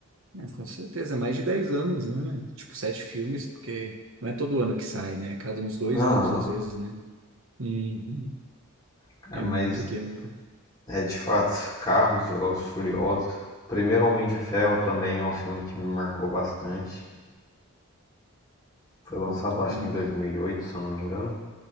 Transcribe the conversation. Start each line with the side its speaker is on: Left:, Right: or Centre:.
Right: é, com certeza. É Mais de dez anos, né? Tipo, sete filmes, porque não é todo ano que sai, né? É Cada uns dois
Left: Aham,
Right: anos, às vezes, né? Uhum.
Left: cara,
Right: É
Left: mas
Right: muito tempo.
Left: é de fato, Carros, Velozes e Furiosos. O primeiro Homem de Ferro também é um filme que me marcou bastante. Foi lançado,
Right: Muito bom.
Left: acho que em 2008, se eu não me engano.